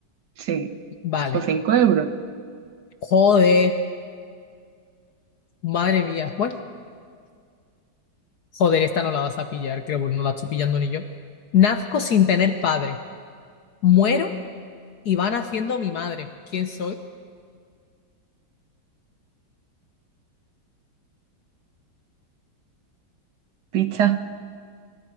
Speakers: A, on the right; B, on the left.
A: Sí,
B: Vale.
A: por cinco euros.
B: Joder, madre mía. Bueno, joder, esta no la vas a pillar, creo, porque no la estoy pillando ni yo. Nazco sin tener padre. Muero y va naciendo mi madre. ¿Quién soy?
A: Pizza,